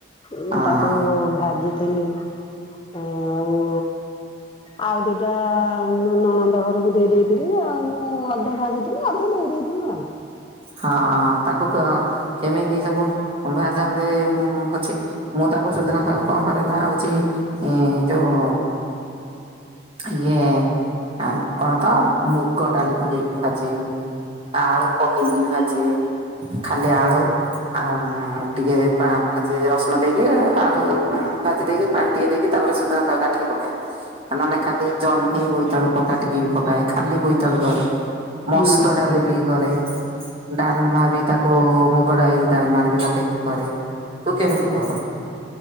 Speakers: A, on the left; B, on the right.
A: ମୁଁ
B: ହଁ
A: ତାକୁ ଭାଜି <unintelligible> ଆଉ ଆଉ ଦିଟା ନଣ ନ୍ଦ ଘରକୁ ଦେଇ ଦେଇଥିଲି, ଆଉ ମୁଁ ଅଧେ ଭାଜିଥିଲି ଅଧେ ଦେଇ ଦେଇଥିଲି ଆଉ।
B: ହଁ- ଅଁ ତାକୁ କ କେମିତି ସବୁ ଭାଜନ୍ତି ହଉଚି ମୁଁ ତାକୁ ସୁଜନା ଶାଗକୁ କଣ କଲି ନା, ହଉଚି ଉଁ ଯୋଉ ଇଏ ଆ କଣ ତ ମୁଗ ଡାଲି ପକେଇକି ଭାଜେ, ଆଳୁ ପ କେଇକି ଭାଜେ, ଖାଲି ଆଳୁ ଆଉଁ ଟିକେ ଭାଜି ରସୁଣ ଦେଇକି, ଆଳୁ ଭାଜି ଦେଇକି ପାଣି ଟିକେ ଦେଇକି, ତାପରେ ସୁଜନା ଶାଗ କାଟିକି ପକାଏ। ନଅନେ ଖାଲି ଜହ୍ନିଁ ବୋଇତାଳୁ ପକା ଟିକେ ପକାଏ, ଖାଲି ବୋଇତାଳୁ କରେ
A: ହୁଁ
B: ମସୁର ଡାଲି ଦେଇ କରେ, ଡାଲମା ବି ତା କୁ ମୁଗ ଡାଇ ଡାଲମାରେ ବି ପକେଇକି କରେ। ତୁ କେମିତି
A: ହଁ।
B: କର